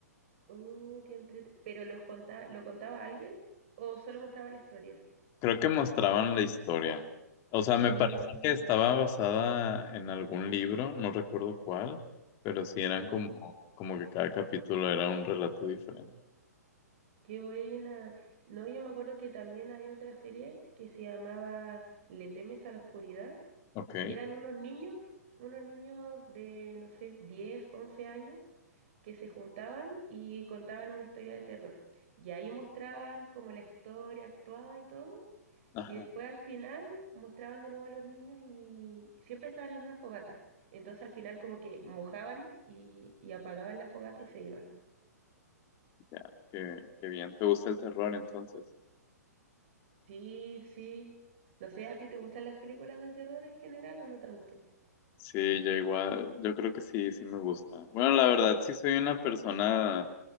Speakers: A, on the right; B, on the left.
A: Oh, qué entrete- ¿Pero los contaba, lo contaba alguien o solo mostraba la historia?
B: Creo que mostraban la historia. O sea, me
A: Mm,
B: parece que estaba basada en algún libro, no recuerdo cuál, pero sí eran
A: ujú.
B: como, como que cada capítulo era un relato diferente.
A: Qué buena. No, yo me acuerdo que también había otra serie que se llamaba ¿Le temes a la oscuridad?
B: Ok.
A: Y eran unos niños, unos niños de, no sé, 10 11 años, que se juntaban y contaban una historia de terror. Y ahí mostraban como la historia actuada y todo.
B: Ajá.
A: Y después al final mostraban de nuevo a los niños y siempre estaban en una fogata. Entonces al final como que mojaban y, y apagaban la fogata y se iban.
B: Ya, qué, qué bien. ¿Te gusta el terror entonces?
A: Sí, sí. No sé, ¿a ti te gustan las películas de terror en general o no tanto?
B: Sí, yo igual, yo creo que sí, sí me gusta. Bueno, la verdad sí soy una persona